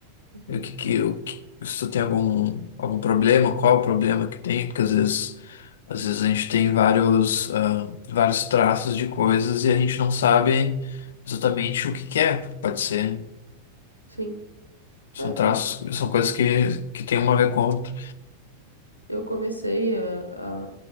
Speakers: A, on the left; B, on the left.
A: Uhum.
B: E o que, que, o que, se tu tem algum, algum problema, qual o problema que tem, porque às vezes, às vezes a gente tem vários, ah, vários traços de coisas e a gente não sabe exatamente o que, que é. Pode ser,
A: Sim.
B: são
A: Não, é que
B: traços, são coisas que, que tem uma a ver com a outra.
A: eu comecei a, a-